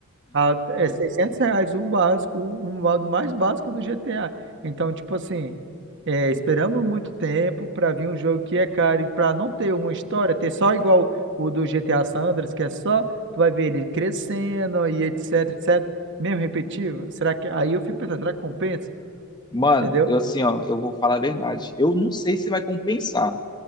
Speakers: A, on the right; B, on the left.
A: A- É 600 reais o básico, o o modo mais básico do GTA. Então, tipo assim, é, esperamos muito tempo para vir um jogo que é caro e para não ter uma história, ter só igual o do GTA Sandras, que é só, tu vai ver ele crescendo e etc, etc, mesmo repetitivo. Será que, aí eu fico pensando, será que compensa?
B: Mano,
A: Entendeu?
B: eu assim, ó, eu vou falar a verdade. Eu não sei se vai compensar,